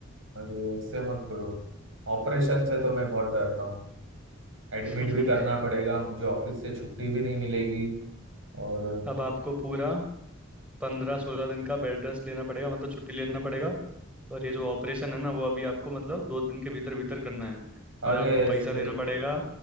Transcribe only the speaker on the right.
अरे ऐसे मत करो ऑपरेशन से तो मैं बहुत डरता हूँ एडमिट
भी करना पड़ेगा मुझे ऑफिस से छुट्टी भी नहीं मिलेगी और
अरे
ऐसे